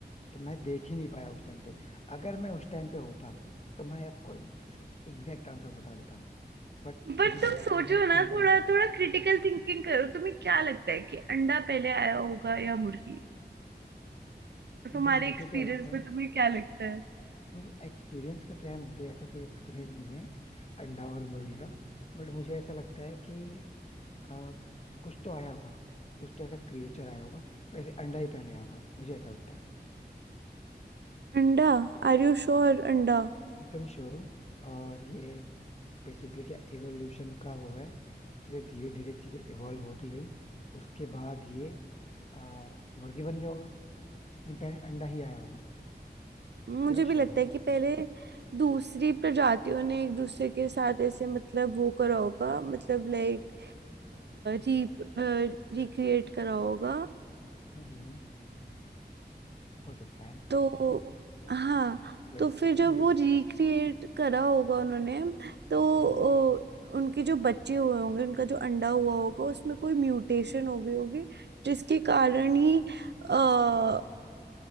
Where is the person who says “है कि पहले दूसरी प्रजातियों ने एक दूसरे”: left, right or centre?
Right